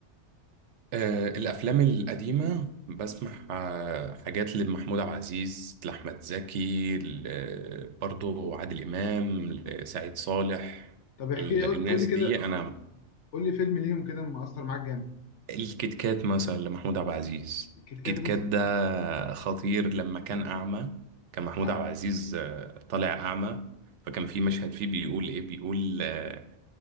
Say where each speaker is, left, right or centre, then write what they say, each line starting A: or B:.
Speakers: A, on the right; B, on the left.
A: آه، الأفلام القديمة بسمع آه، حاجات لمحمود عبد العزيز لأحمد زكي ل- آه، برضو عادل إمام لسعيد صالح
B: طب احكي
A: ال-
B: لي قول
A: الناس
B: قول لي كده
A: دي أنا
B: قول لي فيلم ليهم كده مأثر معاك جامد
A: الكيت كات مثلا لمحمود عبد العزيز
B: الكيت
A: الكيت
B: كات
A: كات
B: بص
A: ده خطير لما كان أعمى كان محمود
B: ع-
A: عبد العزيز آه، طالع أعمى فكان في مشهد فيه بيقول إيه بيقول آه،